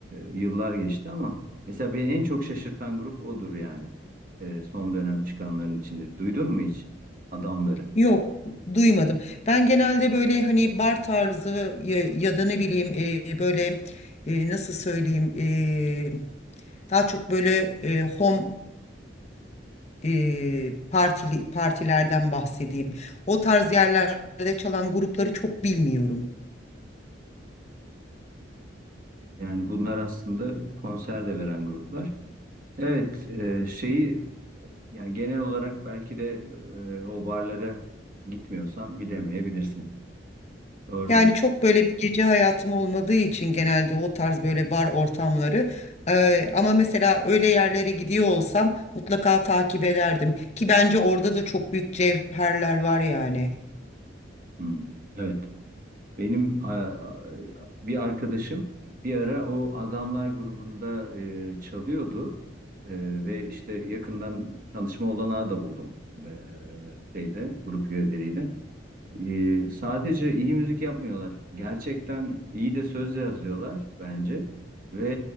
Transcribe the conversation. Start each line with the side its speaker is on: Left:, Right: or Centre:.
Right: e, yıllar geçti ama mesela beni en çok şaşırtan grup odur yani. Ee, son dönem çıkanların içinde. Duydun mu hiç adamları?
Left: Yok, duymadım. Ben genelde böyle hani bar tarzı ya, ya da ne bileyim e, böyle e, nasıl söyleyeyim e, daha çok böyle e, home e, partili partilerden bahsedeyim. O tarz yerlerde çalan grupları çok bilmiyorum.
Right: Yani bunlar aslında konser de veren gruplar. Evet, e, şeyi yani genel olarak belki de e, o barlara gitmiyorsan bilemeyebilirsin. Doğrudur.
Left: Yani çok böyle bir gece hayatım olmadığı için genelde o tarz böyle bar ortamları. e, ama mesela öyle yerlere gidiyor olsam mutlaka takip ederdim ki bence orada da çok büyük cevherler var yani.
Right: Hmm. Evet. Benim a- bir arkadaşım bir ara o adamlar grubunda e, çalıyordu E, ve işte yakından tanışma olanağı da buldum e, şeyde grup üyeleriyle. E, sadece iyi müzik yapmıyorlar. Gerçekten iyi de söz yazıyorlar bence ve